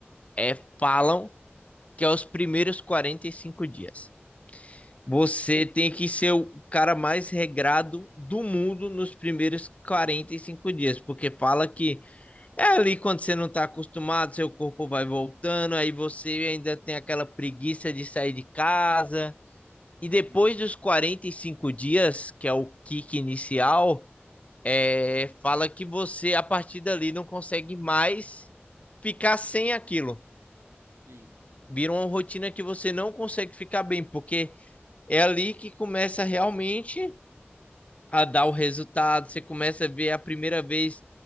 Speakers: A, on the left; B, on the right.
A: é, falam que é os primeiros 45 dias.
B: Hum,
A: Você tem que ser o cara mais regrado do mundo nos primeiros 45 dias, porque fala que é ali quando você não está acostumado, seu corpo vai voltando, aí você ainda tem aquela preguiça de sair de casa. E depois
B: uhum.
A: dos 45 dias, que é o kick inicial, é, fala que você, a partir dali, não consegue mais ficar sem aquilo.
B: Sim,
A: Vira uma rotina que você não consegue ficar bem, porque é ali que começa realmente a dar o resultado. Você começa a ver a primeira vez,